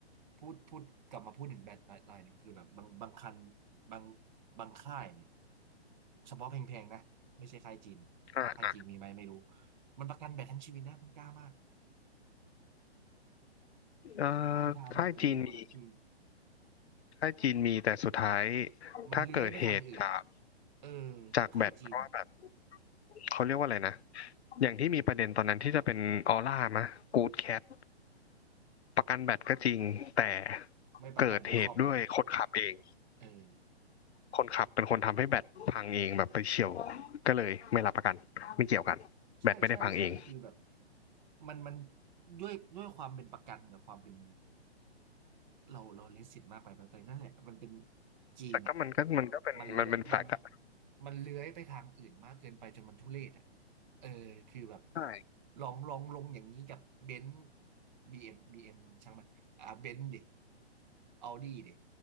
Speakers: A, on the right; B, on the left.
A: พูดพูดกลับมาพูดถึงแบตหน่อยหน่อยหนึ่งคือแบบบางบางคันบางบางค่ายเนี่ยเฉพาะแพงๆนะไม่ใช่ค่ายจีน
B: อ่าอ่า
A: ค่ายจีนมีไหมไม่รู้มันประกันแบตทั้งชีวิตนะมันกล้ามาก
B: เอ่อค่ายจีนมี
A: มันไลฟ์ไทม์แบตเตอรี่ว a รันตี
B: ค่ายจีนมีแต่สุดท้าย
A: มันเลื้อยไปทางอื่นไง
B: ถ้าเกิดเหตุจาก
A: เออ
B: จากแบบเพราะว่าแบบ
A: ค่ายจีน
B: เขาเรียกว่าอะไรนะอย่างที่มีประเด็นตอนนั้นที่จะเป็นออร่ามะกู๊ดแคทประกันแบตก็จริงแต่
A: ไม่ประกันที่ครอบแบต
B: เกิดเหตุด้วยคนขับเอง
A: เออ
B: คนขับเป็นคนทำให้แบตพังเองแบบไปเฉี่ยวก็เลยไม่รับประกันไม่เกี่ยวกันแบตไม่ได้พังเอง
A: ใช่ใช่ใช่คือแบบมันมันด้วยด้วยความเป็นประกันกับความเป็น เราเราเลสิตมากไปบางทีนั่นแหละมันเป็นจีนอ่ะ
B: แต่ก็มันก็มันก็เป็นมันเป็นแฟกต์อะ
A: มันเลื้อยมันมันเลื้อยไปทางอื่นมากเกินไปจนมันทุเรศอ่ะเออคือแบบ
B: ใช่
A: ลองลองลงอย่างนี้กับเบนซ์บีเอ็มบีเอ็มช่างมันอ่าเบนซ์ดิออดี้ดิ